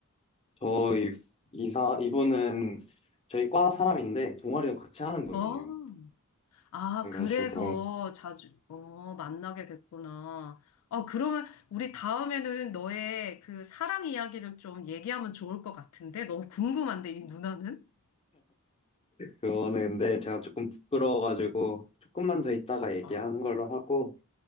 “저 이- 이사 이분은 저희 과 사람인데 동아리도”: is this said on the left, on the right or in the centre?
Left